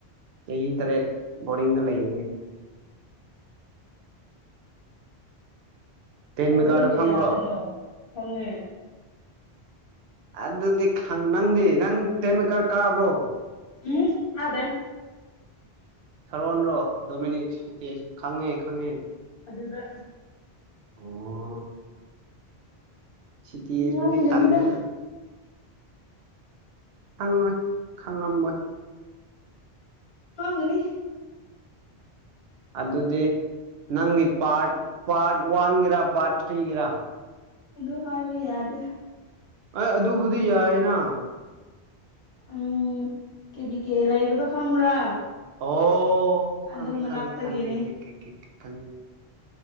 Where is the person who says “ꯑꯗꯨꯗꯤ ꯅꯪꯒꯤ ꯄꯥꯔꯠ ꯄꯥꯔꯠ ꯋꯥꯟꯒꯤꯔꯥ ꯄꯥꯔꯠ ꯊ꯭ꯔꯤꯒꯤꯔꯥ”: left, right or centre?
Right